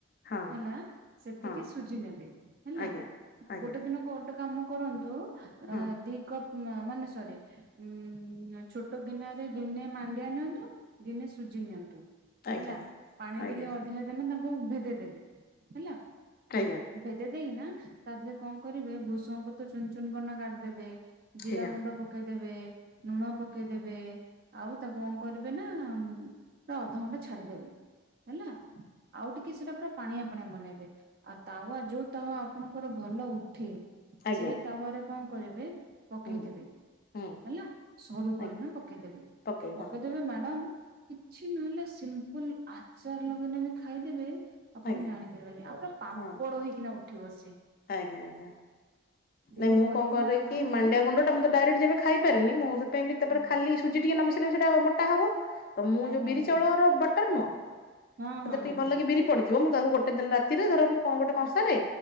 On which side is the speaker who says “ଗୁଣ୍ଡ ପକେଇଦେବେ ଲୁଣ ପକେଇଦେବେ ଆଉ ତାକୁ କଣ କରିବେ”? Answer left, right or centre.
Right